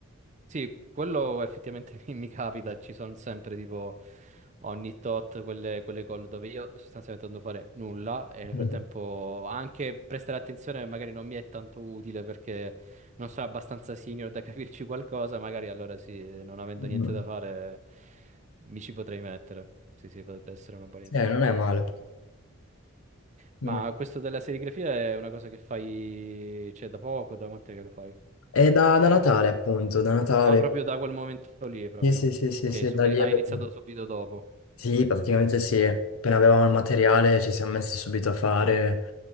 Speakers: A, on the right; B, on the left.
A: Sì, quello effettivamente <laughs> mi, mi capita, ci sono sempre tipo ogni tot quelle, quelle call dove io sostanzialmente non devo fare nulla e nel
B: <laughs>
A: frattempo anche prestare attenzione magari non mi è tanto utile perché non sono abbastanza senior da <laughs> capirci qualcosa, magari allora sì, non avendo
B: Mm.
A: niente da fare mi ci potrei mettere. Sì, sì, potrebbe essere una buona idea.
B: Eh, non è male.
A: Ma
B: non è-
A: questo della serigrafia è una cosa che fai, cioè, da poco, da quant'è che lo fai?
B: È da, da Natale, appunto, da Natale.
A: Ah, proprio da quel momento lì, proprio.
B: Sì, sì, sì, sì,
A: Ok,
B: sì,
A: subi-
B: da lì
A: hai
B: è bello.
A: iniziato subito dopo.
B: Sì, praticamente sì.
A: Ah,
B: Appena
A: ok.
B: avevamo il materiale ci siamo messi subito a fare,